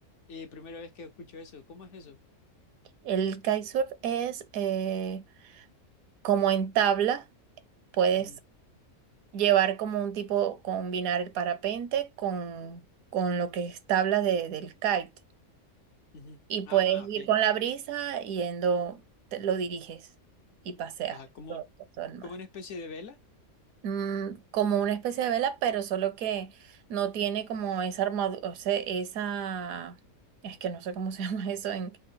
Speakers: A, on the left; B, on the right.
A: Eh, primera vez que escucho eso. ¿Cómo es eso?
B: El kitesurf es eh, como en tabla, puedes
A: Ujú,
B: llevar como un tipo, combinar el parapente con, con lo que es tabla de- del kite.
A: ujú.
B: Y
A: Ah,
B: puedes ir
A: ok.
B: con la brisa yendo, te- lo diriges y paseas
A: Ajá, como,
B: por
A: un-
B: todo, todo el mar.
A: como una especie de vela.
B: Mm, como una especie de vela, pero solo que no tiene como esa armadura, o sea, esa, es que no sé cómo <laughs> se llama eso en,